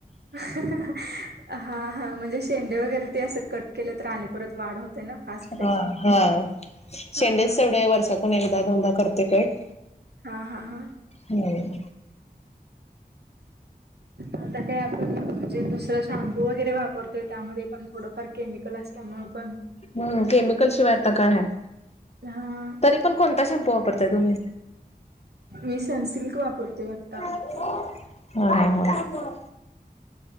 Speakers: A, on the right (about 80°); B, on the left (about 40°).
A: हा हा म्हणजे शेंडे वगैरे ते असं कट केल तर आणि परत वाढ होते ना? फास्ट त्याची
B: हा हा शेंडेच
A: हा हा
B: तेवढे वर्षातून एकदा दोनदा करते कट.
A: हा हा हा,
B: हम्म.
A: आता काय आपण म्हणजे दुसरा शॅम्पू वगैरे वापरतोय त्यामध्ये पण थोडफार केमिकल असल्यामुळं पण
B: हू केमिकलशिवाय आता काय हाय,
A: हा
B: तरी पण कोणता शॅम्पू वापरताय तुम्ही?
A: मी सनसिल्क वापरते आता.
B: हा हा हा,